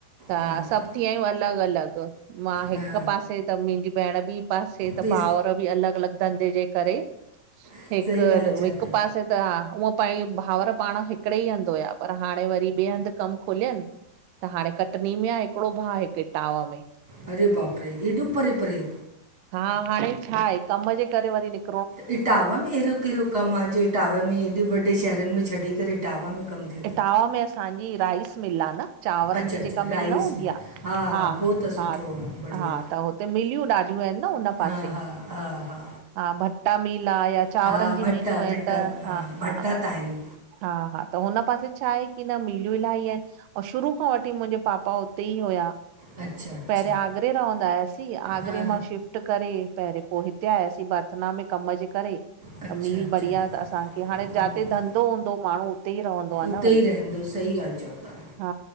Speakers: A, on the right (about 85°); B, on the right (about 15°).
A: त
B: हा
A: सभु थी विया आयूं अलॻ अलॻ मां
B: हा
A: हिक पासे त मुंजी भेण ॿी पासे त
B: बि
A: भावउर बि अलॻ अलॻ धंधे जे करे
B: सही
A: हिकु
B: ॻाल्हि
A: अड
B: चओ
A: वि <inaudible>
B: था
A: असी त हा उअ पइ भाउर पाण हिकिड़े ई हंध हुया पर हाणे वरी ॿे हंध कमु खोलियन त हाणे कटनी में आ हिकिड़ो भा हिक इटावा में।
B: अरे बाप रे, एॾो परे परे।
A: हा हाणे छा आहे कम जे करे वरी निक
B: इटावा में एड़ो केड़ो कमु आ जो इटावा में एॾे वॾे शहरनि में छॾे करे इटावा में कमु थे।
A: इटावा में असांजी राइस मिल आ न। चांवरनि
B: अच्छा
A: जी
B: अच्छा
A: जेका मिल
B: राइस
A: न हूंदी
B: में
A: आ हा
B: पोइ त सुठो
A: हा
B: आहे बढ़िया
A: हा त हो। ए मिलियूं ॾाढियूं आइनि न हुन पासे
B: हा हा हा हा
A: हा भटा मिल आ या चांवरनि
B: हा
A: जी
B: भटा
A: मिलियूं आइनि
B: भिटा
A: त हा हा
B: भटा त आहिनि
A: हा हा त हुन पासे छा आहे की न मिलियूं इलाही आइनि ऐं शुरू खां वठी मुंजे पापा हुते ई हुया
B: अच्छा अच्छा
A: पहिरां आगरे रहंदा हुआसीं आगरे
B: हा
A: मां शिफ्ट ट करे पहिरियों पो हिते आयासीं बर्थना में कम जे करे
B: अच्छा
A: त मील
B: अच्छा
A: बढ़िया त असांखे हाणे
B: हम्म
A: जाते धंधो हूंदो माण्हू ई रहंदो आ
B: उते
A: न वरी
B: ई रहंदो सही ॻाल्ह चओ ता।
A: हा